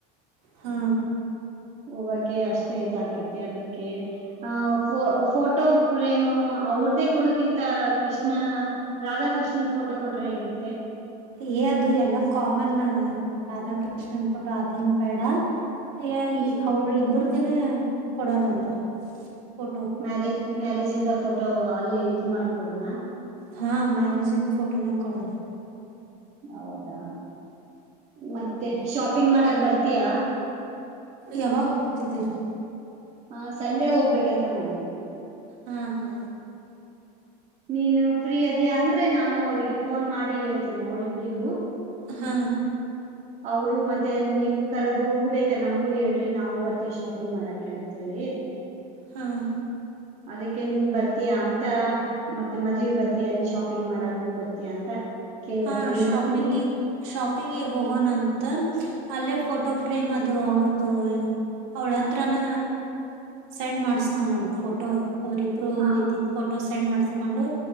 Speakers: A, on the right (about 65°); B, on the right (about 35°).
A: ಹಾ
B: ಹೋಗಕೆ ಅಷ್ಟೇ ಇದಾಕೈತಿ ಅದಕ್ಕೆ ಆ ಫೋಟೋ ಫ್ರೇಮ್. ಅವ್ರ್ದೇ ಕೊಡುಕಿಂತ ಕೃಷ್ಣ ರಾಧಾಕೃಷ್ಣನ್ ಫೋಟೋ ಕೊಟ್ರೆ ಹೇಗಿರ್ತೆ.
A: ಏ ಅದು ಎಲ್ಲಾ ಕಾಮನ್ ರಾಧಾಕೃಷ್ಣನ್ ಫೋಟೋ ಅದೇನ್ ಬೇಡ. ಎ ಇಡಿಇಲ್
B: ಹ್ಮ್
A: ಅವ್ರ ಇಬರ್ದಿನ ಕೊಡೋಣಂತ ಫೋಟೋ
B: ಮ್ಯಾರೇಜ್ ಮ್ಯಾರೇಜ್ ಇಂದ ಫೋಟೋ ಅಲ್ಲೇ ಇದು ಮಾಡಿಕೊಡೋಣ.
A: ಹಾ ಮ್ಯಾರೇಜ್ ಇನ್ ಫೋಟೋನ ಕೊಡೋಣ.
B: ಹೌದಾ ಮತ್ತೆ ಶಾಪಿಂಗ್ ಮಾಡಕ್ ಬರ್ತೀಯಾ.
A: ಯಾವಾಗ ಹೋಗ್ತಿದ್ದೀರಿ
B: ಹ ಸಂಡೆ ಹೋಗ್ಬೇಕಂತ ಮಾಡಿದ್ದೀವಿ.
A: ಹಾ ಹಾ
B: ನೀನು ಫ್ರೀ ಅದೇ ಅಂದ್ರೆ ನಾನು ಅವ್ರಿಗೆ ಫೋನ್ ಮಾಡಿ ಹೇಳ್ತೇನಿ ಅವರಿಬ್ರಿಗೂ.
A: ಹ್ಮ
B: ಅವರು ಮತ್ತೆ ನೀವು ಕರೆದು ಹೋಗ ಬೇಕ್ರ ನಮ್ಗೂ ಹೇಳ್ರಿ ನಾವು ಬರ್ತೇವಿ ಶಾಪಿಂಗ್ ಮಾಡಕ ಅಂತೇಳಿ. ಹೇಳಿ
A: ಹ್ಮ್
B: ಅದಕ್ಕೆ ನೀನ್ ಬರ್ತೀಯಾ ಅಂತ ಮತ್ತೆ ಮದ್ವಿ ಬರ್ತಯಾ ನೀನ್ ಶಾಪಿಂಗ್ ಮಾಡಕೂ ಬರ್ತಯಾ ಅಂತ. ಕೇಳಿದತ್ತೆ
A: ಹಾ
B: ಇನ್
A: ಶಾಪಿಂಗಿ
B: ಮತ್ತೆ
A: ಶಾಪಿಂಗಿಗೆ ಹೋಗೋಣಂತ ಅಲ್ಲೇ ಫೋಟೋ ಫ್ರೇಮ್ ಅದ ದು ಅವ್ರದುು ಅವ್ಳ ಹತ್ರನ ಸೆಂಡ್ ಮಾಡಸ್ಕೊಂಡನ್ ಫೋಟೋ. ಅವರಿಬ್ರು
B: ಹಾ
A: ಇದಿದ್ದು ಫೋಟೋ ಸೆಂಡ್ ಮಾಡಸ್ಕೊಂಡು